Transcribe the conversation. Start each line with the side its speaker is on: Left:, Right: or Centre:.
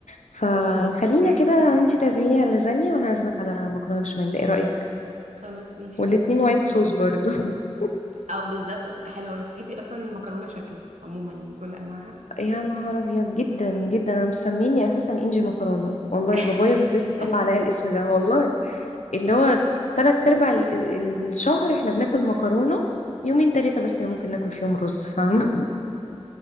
Left: فخلينا
Right: اوه <laughs>
Left: كده انت تعزميني على لازانيا وانا اعزمك على مكرونه بشاميل ايه رايك
Right: خلاص ماشي
Left: والاتنين
Right: انا موافقه
Left: وايت صوص برضو <laughs>
Right: او بالظبط هتبقى حلوه انتي بتحبي اصلا المكرونه شكلك عموما يعني بكل انواعها
Left: يا نهار ابيض جدا جدا انا مسميني اساسا انجي مكرونه والله
Right: <laughs>
Left: بابايا بالذات مطلع عليا الاسم ده والله اللي هو تلات ارباع ال- الشهر احنا بناكل مكرونة يومين تلاتة بس اللي ممكن ناكل فيهم رز فاهمة